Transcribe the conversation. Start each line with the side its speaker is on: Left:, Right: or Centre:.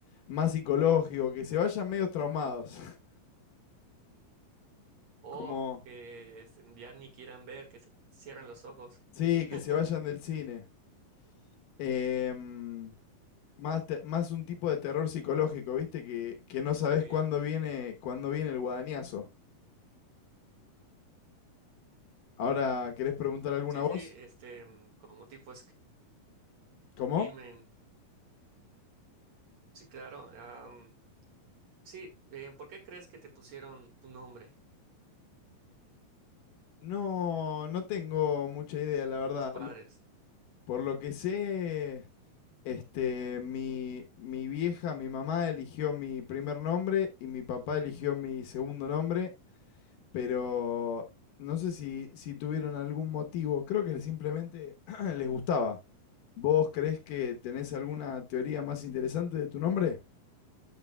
Left: más psicológico, que se vayan medio traumados. <laughs>
Right: o
Left: Como,
Right: que este, ya ni quieran ver, que se cierran los ojos.
Left: sí,
Right: <laughs>
Left: que se vayan del cine. Em, más, te- más un tipo de terror psicológico, ¿viste? Que, que no sabés
Right: Ok, sí,
Left: cuándo viene, cuándo viene el guadañazo. Ahora, ¿querés preguntar alguna
Right: sí,
Left: voz?
Right: este, mm, como tipo
Left: ¿Cómo?
Right: Screamen. Sí, claro. am, sí, eh, ¿por qué crees que te pusieron tu nombre,
Left: No, no tengo mucha idea, la verdad.
Right: tus padres?
Left: Por lo que sé, este, mi, mi vieja, mi mamá eligió mi primer nombre y mi papá eligió mi segundo nombre, pero no sé si, si tuvieron algún motivo, creo que simplemente <clears throat> les gustaba. ¿Vos creés que tenés alguna teoría más interesante de tu nombre?